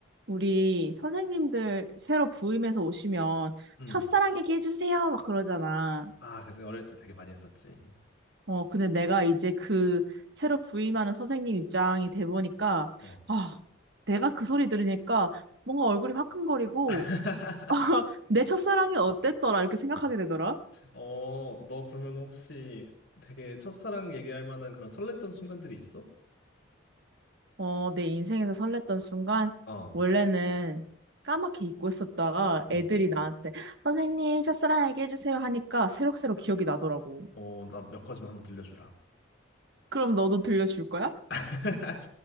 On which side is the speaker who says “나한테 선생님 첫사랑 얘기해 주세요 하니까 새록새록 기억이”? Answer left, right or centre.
Right